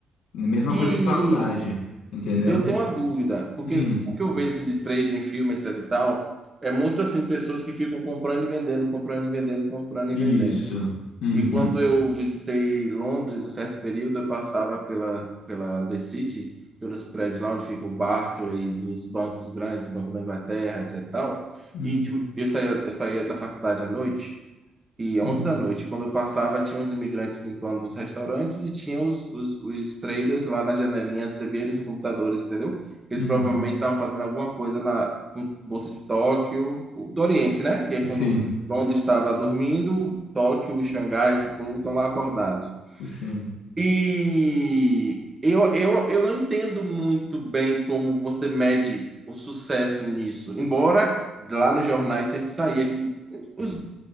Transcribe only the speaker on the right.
E
Eu tenho uma dúvida, porque
o que eu vejo assim de trading em filme, etc e tal, é muito assim pessoas que ficam comprando e vendendo, comprando e vendendo, comprando
e vendendo.
E quando eu visitei Londres um certo período, eu passava pela pela The City, pelos prédios lá onde fica o Barclays, os bancos grandes, o Banco da Inglaterra, etc e tal.
E de- eu saía eu saía da faculdade à noite e onze
da noite, quando eu passava, tinha os imigrantes limpando os restaurantes e tinha os, os, os traders lá nas janelinhas, você via eles nos computadores, entendeu? Eles
provavelmente estavam fazendo alguma coisa na com Bolsa de Tóquio, o- do Oriente, né? Que é quando
Londres estava dormindo, Tóquio, Xangai, esse povo estão lá acordados.
E eu, eu, eu não entendo muito bem como você mede o sucesso nisso, embora lá nos jornais sempre saía que os